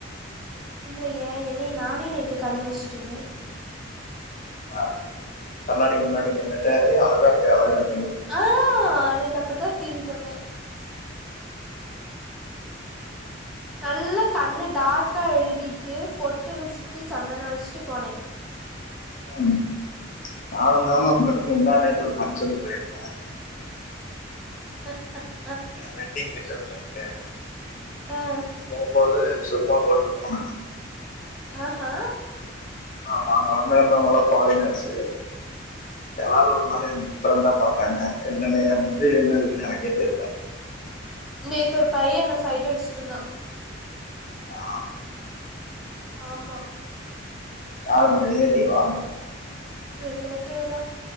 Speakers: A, in the centre; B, on the left.
A: இல்லயே என்னய நானே நேத் த்து கண்ணு வெச்சுட்டனே
B: அ கண்ணாடி முன்னாடி நின்னுட்டு ஏ அழகா இருக்க அழகா இருக்
A: ஆஹ் நேத்து அப்டிதா சொ ஃபீல் பண்ணே நல்லாக் கண்ணு டார்க்கா எழுதிட்டு பொட்டு வச்சுட்டு சந்தனோ வச்ட்டு போனே
B: உம் நானுதாம மறுக்க முந்தா நேத்து ஒரு ஃபங்ஷன் போய்ர்ந்தே
A: அஹ் ஹ
B: வெட்டிங் ரிசப்ஷன் க
A: ஆ
B: போம்போது சும்மா போட்டு போன
A: அஹ் ஹ
B: ஆமா அங்க வந்து இருந்தவுங்களா ஃபாரீனர்ச்சு யார் ஒரு மாதியா இன்சி ப்ரெண்டா பாத்தாங்க என்னனு ஏ முடில என்ன இருக்குன்னு எனக்கே தெர்ல
A: நேத்து ஒரு பைய என்ன சைட் அடிச் சொன்ன
B: ஆ
A: ஆமா
B: யார் உங்க ரிலேட்டிவா
A: ரிலேட்டிவ்தா